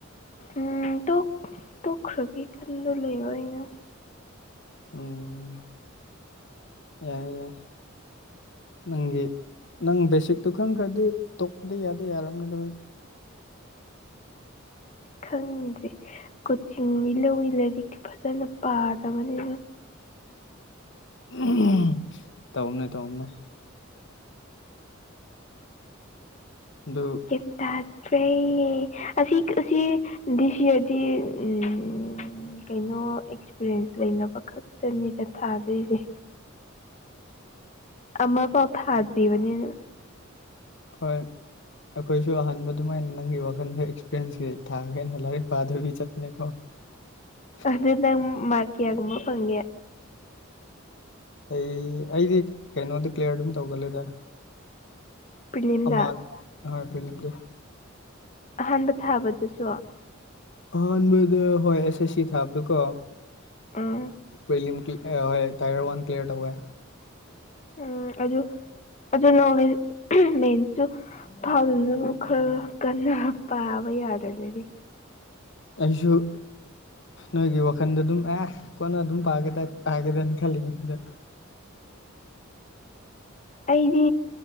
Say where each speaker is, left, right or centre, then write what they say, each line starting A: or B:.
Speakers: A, on the left; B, on the left.
A: ꯎꯝ ꯇꯣꯛ ꯇꯣꯛꯈ꯭ꯔꯒꯦ ꯈꯟꯂ ꯂꯩꯕ ꯑꯩꯅ
B: ꯎꯝ ꯌꯥꯏ ꯌꯥꯏ ꯅꯪꯒꯤ ꯅꯪ ꯕꯦꯁꯤꯛꯇꯨ ꯈꯪꯈ꯭ꯔꯗꯤ ꯇꯣꯛꯄꯗꯤ ꯌꯥꯗꯤ ꯌꯥꯔꯕꯅꯤꯗ
A: ꯈꯪꯗꯦ ꯀꯣꯆꯤꯡꯗꯤ ꯂꯣꯏ ꯂꯥꯏꯔꯤꯛꯇꯨ ꯐꯖꯅ ꯄꯥꯗꯕꯅꯤꯅ
B: ꯎꯝ ꯇꯧꯕꯅꯦ ꯇꯧꯕꯅꯦ ꯑꯗꯨ
A: ꯒꯌ꯭ꯥꯟ ꯇꯥ ꯈ꯭ꯔꯦ ꯑꯁꯤ ꯑꯁꯤ ꯗꯤꯁꯤ <unintelligible> ꯎꯝ ꯎꯝ ꯀꯩꯅꯣ ꯑꯦꯛꯁꯄꯤꯔꯤꯌꯦꯟꯁ ꯂꯩꯅꯕ ꯈꯛꯇꯅꯤꯗ ꯊꯥꯗꯣꯏꯁꯦ
B: <inaudible>
A: ꯑꯃꯐꯥꯎ ꯊꯥꯗ꯭ꯔꯤꯕꯅꯤꯅ
B: ꯍꯣꯏ ꯑꯩꯈꯣꯏꯁꯨ ꯑꯍꯥꯟꯕ ꯑꯗꯨꯃꯥꯏꯅ ꯅꯪꯒꯤ ꯋꯥꯈꯟꯗ ꯑꯦꯛꯁꯄꯤꯔꯤꯌꯦꯟꯁꯀꯤ ꯊꯥꯒꯦꯅ ꯂꯥꯏꯔꯤꯛ ꯄꯥꯗꯕꯤ ꯆꯠꯄꯅꯦ ꯀꯣ <unintelligible>
A: ꯑꯗꯨ ꯅꯪ ꯃꯥꯔꯛ ꯀꯌꯥꯒꯨꯝꯕ ꯐꯪꯅꯤ
B: ꯑꯩ ꯑꯩꯗꯤ ꯀꯩꯅꯣꯗ ꯀ꯭ꯂꯌꯥꯔ ꯑꯗꯨꯝ ꯇꯧꯒꯜꯂꯦꯗ
A: ꯄ꯭ꯔꯤꯂꯤꯝꯗ
B: ꯑꯥ ꯍꯣꯏ ꯄ꯭ꯔꯤꯂꯤꯝꯗꯣ
A: ꯑꯍꯥꯟꯕ ꯊꯥꯕꯗꯨꯁꯨ
B: ꯑꯍꯥꯟꯕꯗ ꯍꯣꯏ ꯑꯦꯁ ꯑꯦꯁ ꯁꯤ ꯊꯥꯕꯗꯣꯀꯣ
A: ꯎꯝ
B: ꯄ꯭ꯔꯤꯂꯤꯝꯒꯤ ꯑꯦ ꯍꯣꯏ ꯇꯥꯏꯌꯔ ꯋꯥꯟ ꯀ꯭ꯂꯤꯌꯥꯔ ꯇꯧꯋꯦ
A: ꯎꯝ ꯑꯗꯨ ꯑꯗꯨ ꯅꯣꯡꯂꯦ ꯃꯟꯁꯁꯨ ꯐꯥꯎꯅꯕ ꯈꯔ ꯀꯟꯅ ꯄꯥꯕ ꯌꯥꯗꯅꯦꯗꯤ
B: ꯑꯩꯁꯨ ꯅꯣꯏꯒꯤ ꯋꯥꯈꯟꯗ ꯑꯗꯨꯝ ꯑꯦ ꯀꯣꯟꯅ ꯑꯗꯨꯝ ꯄꯥꯒꯦ ꯄꯥꯒꯦꯗꯅ ꯈꯜꯂꯤꯉꯩꯗ
A: ꯑꯩꯗꯤ